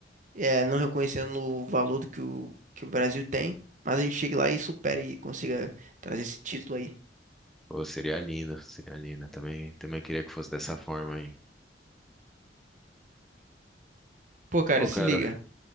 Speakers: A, on the right; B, in the centre.
A: eh, não reconhecendo o valor do que o, que o Brasil tem, mas a gente chega lá e supera e consiga trazer esse título aí.
B: Pô, seria lindo, seria lindo. Também, também queria que fosse dessa forma aí.
A: Pô, cara,
B: Pô,
A: se
B: cara.
A: liga.